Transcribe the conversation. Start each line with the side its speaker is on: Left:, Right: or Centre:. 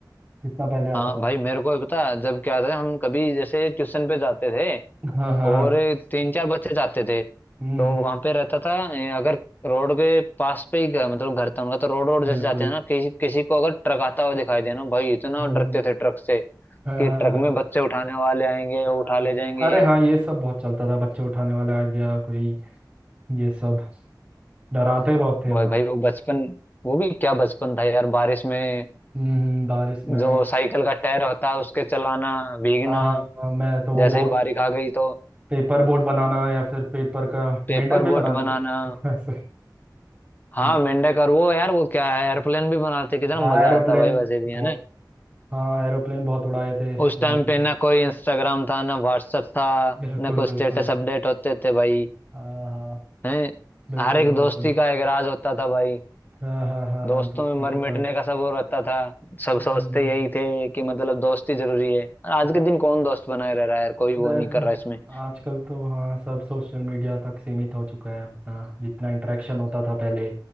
Right: जितना पहले आता
Left: हाँ
Right: था
Left: भाई मेरे को पता है, जब क्या था हम कभी जैसे ट्यूशन पे जाते थे
Right: हाँ हाँ
Left: और
Right: हाँ।
Left: तीन चार बच्चे जाते थे
Right: हम्म
Left: तो
Right: हम्म,
Left: वहां पे रहता था ए, अगर रोड के पास पे ही घर- मतलब घर था उनका तो रोड रोड जैसे
Right: बिल्कुल
Left: जाते हैं ना किसी किसी को अगर ट्रक आता हुआ दिखाई देना भाई इतना
Right: हम्म
Left: डरते
Right: हम्म,
Left: थे ट्रक से
Right: हाँ
Left: कि
Right: हाँ
Left: ट्रक में
Right: हाँ
Left: बच्चे उठाने वाले आएंगे
Right: हाँ,
Left: वो उठा ले
Right: हाँ,
Left: जाएंगे
Right: अरे हाँ ये सब बहुत चलता था बच्चे उठाने वाला आ गया कोई ये सब डराते बहुत थे हमारे
Left: और भाई वो बचपन वो भी क्या बचपन था यार बारिश में
Right: हम्म हम्म, बारिश में
Left: जो साइकिल का टायर होता है उसके चलाना भीगना
Right: हाँ हाँ हाँ, मैं तो वो
Left: जैसे
Right: बोट
Left: ही बारिश आ गई तो
Right: पेपर बोट बनाना या फिर पेपर का
Left: पेपर
Right: मेंढक भी बनाते
Left: बोट बनाना
Right: थे तो ऐसे
Left: हाँ
Right: हम्म,
Left: मेंढक और वो यार वो क्या है एयरप्लेन भी बनाते कितना
Right: हाँ
Left: मजा
Right: एरोप्लेन
Left: आता भाई वैसे भी
Right: बहुत
Left: है ना
Right: हाँ एरोप्लेन बहुत उड़ाए थे
Left: उस
Right: उड़ाते
Left: टाइम पे
Right: थे
Left: ना कोई इंस्टाग्राम था ना व्हाट्सएप था
Right: बिल्कुल
Left: ना कोई स्टेटस
Right: बिल्कुल
Left: अपडेट होते थे भाई
Right: हाँ हाँ
Left: हैं
Right: बिल्कुल
Left: हर एक दोस्ती
Right: बिल्कुल
Left: का एक राज होता था भाई
Right: हाँ हाँ हाँ
Left: दोस्तों
Right: हाँ दोस्ती
Left: में मर
Right: के साथ
Left: मिटने का सब वो रहता था सब
Right: हम्म,
Left: सोचते यही थे कि मतलब दोस्ती जरूरी है आज
Right: हाँ
Left: के दिन कौन दोस्त बनाए रह रहा है यार कोई वो
Right: दरअसल
Left: नहीं कर रहा इसमें
Right: आजकल तो हाँ सब सोशल मीडिया तक सीमित हो चुका है अपना जितना इंटरेक्शन होता था पहले